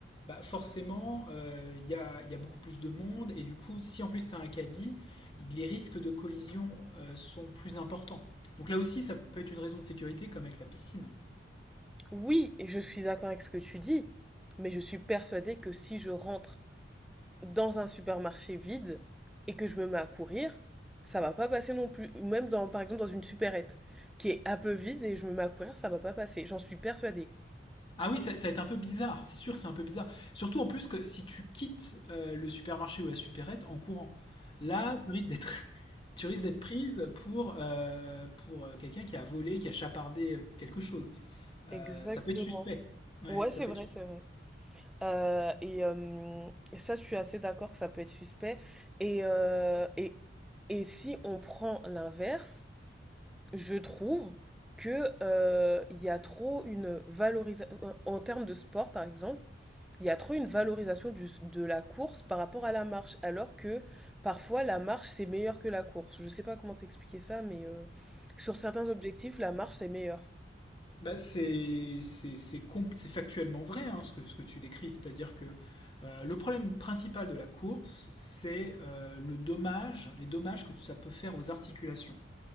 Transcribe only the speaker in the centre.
Oui, et je suis d'accord avec ce que tu dis, mais je suis persuadée que si je rentre dans un supermarché vide et que je me mets à courir, ça va pas passer non plus. Ou Même dans, par exemple, dans une supérette qui est un peu vide et je me mets à courir, ça va pas passer. J'en suis persuadée.
Exactement.
Ouais,
c'est
vrai,
c'est vrai. Euh, et euh, ça, je suis assez d'accord que ça peut être suspect. Et, euh, et, et si on prend l'inverse, je trouve que euh, il y a trop une valorisation, en termes de sport par exemple, il y a trop une valorisation du, de la course par rapport à la marche, alors que parfois la marche c'est meilleur que la course. Je sais pas comment t'expliquer ça, mais euh, sur certains objectifs, la marche c'est meilleur.